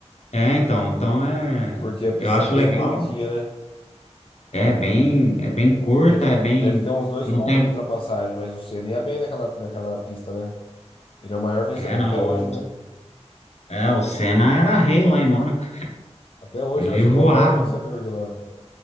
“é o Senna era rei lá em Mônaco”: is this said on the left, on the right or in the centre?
Left